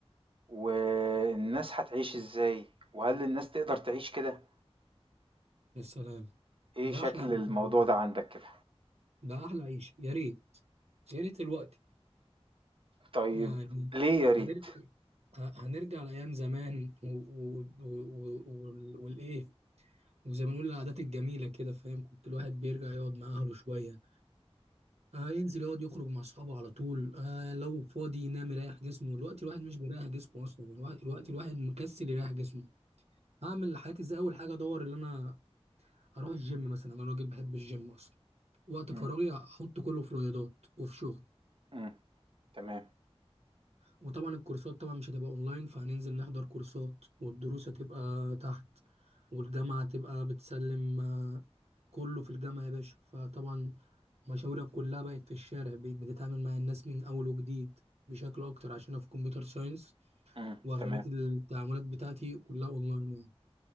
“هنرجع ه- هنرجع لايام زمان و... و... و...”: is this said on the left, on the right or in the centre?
Right